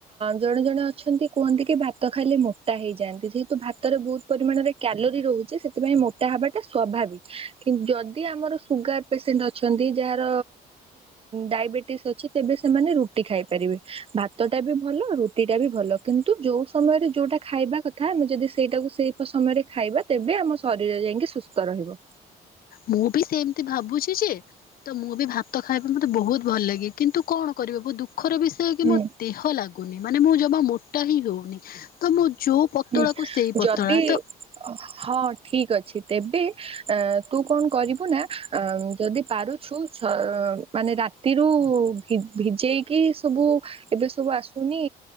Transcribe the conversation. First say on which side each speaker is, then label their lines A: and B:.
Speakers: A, on the right; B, on the left.
A: ଜଣେ ଜଣେ ଅଛନ୍ତି କୁହନ୍ତୀ କି ଭାତ ଖାଲି ମୋଟା ହେଇଯାନ୍ତି ଯେହେତୁ ଭାତରେ ବହୁତ ପରିମାଣରେ କ୍ୟାଲୋରି ରହୁଛି ସେଥିପାଇଁ ତାହା ହବାଟା ସ୍ୱାଭାବିକ କିନ୍ତୁ ଯଦି ଆମର ସୁଗାର ପେସେଣ୍ଟ ଅଛନ୍ତି ଯାହାର ଡାଇବେଟିସ୍ ଅଛି ତେବେ ସେମାନେ ରୁଟି ଖାଇପାରିବେ ଭାତ ଟା ବି ଭଲ ରୁଟି ଟା ବି ଭଲ କିନ୍ତୁ କିନ୍ତୁ ଯୋଉ ସମୟରେ ଯୋଉଟା ଖାଇବା କଥା ଆମେ ଯଦି ସେଇଟାକୁ ସେଇ ସମୟରେ ଖାଇବା ତେବେ ଆମ ଶରୀର ଯାଇକି ସୁସ୍ଥ ରହିବ।
B: ମୁଁ ବି ସେମିତି ଭାବୁଛି ଯେ ତ ମୁଁ ବି ଭାତ ଖାଇବା ମତେ ବହୁତ ଭଲ ଲାଗେ କିନ୍ତୁ କଣ କ ଦୁଃଖର ବିଷୟ କି
A: ହୁଁ।
B: ମୋ ଦେହ ଲାଗୁନି ମାନେ ମୁଁ ଜମା ମୋଟା ହିଁ ହଉନି ତ ମୁଁ ଯୋଉ ପତଳାକୁ
A: ହୁଁ
B: ସେଇ ପତଳା
A: ଯଦି
B: ତ
A: ହଁ ଠିକ ଅଛି। ତେବେ ଅ ତୁ କଣ କରିବୁ ନା ଯଦି ପାରୁଛୁ ମାନେ ରାତିରୁ ଭିଜେଇକି ସବୁ ଏବେ ସବୁ ଆସୁନି